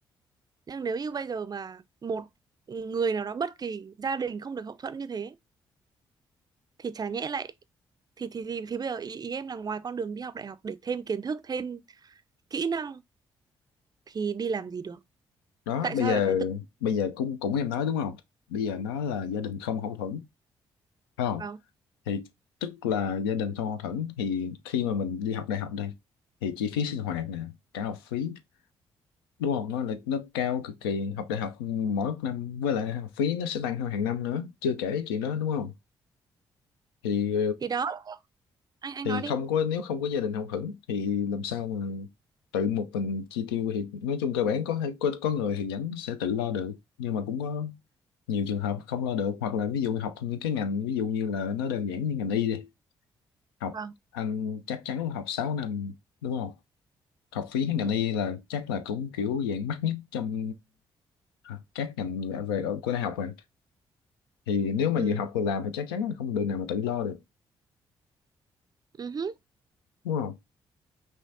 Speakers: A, on the right (about 35°); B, on the left (about 80°).
A: nhưng nếu như bây giờ mà một người nào đó bất kỳ gia đình không được hậu thuẫn như thế thì chả nhẽ lại thì thì thì, thì bây giờ ý, ý em là ngoài con đường đi học đại học để thêm kiến thức thêm kỹ năng thì đi làm gì được
B: đó
A: tại
B: bây
A: sao
B: giờ
A: lại phải tự
B: bây giờ cũng cũng em nói đúng không? Bây giờ nó là gia đình không hậu thuẫn phải không?
A: vào
B: Thì tức là gia đình không hậu thuẫn thì khi mà mình đi học đại học đây thì chi phí sinh hoạt nè, cả học phí đúng không? Nó là nó cao cực kỳ học đại học mỗi một năm với lại học phí nó sẽ tăng theo hàng năm nữa, chưa kể chuyện đó đúng không? thì
A: thì đó anh anh
B: thì
A: nói đi
B: không có nếu không có gia đình hậu thuẫn thì làm sao mà tự một mình chi tiêu thì nói chung cơ bản có thể- có có người thì vẫn sẽ tự lo được nhưng mà cũng có nhiều trường hợp không lo được hoặc là ví dụ học những cái ngành ví dụ như là nó đơn giản như ngành y đi học
A: Vâng.
B: anh chắc chắn là học 6 năm đúng không học phí
A: Ừ.
B: ngành y là chắc là cũng kiểu dạng mắc nhất trong à, các ngành về về- của đại học rồi thì nếu mà
A: ừ
B: vừa học vừa làm thì chắc chắn là không được nào mà tự lo được
A: ừ
B: đúng không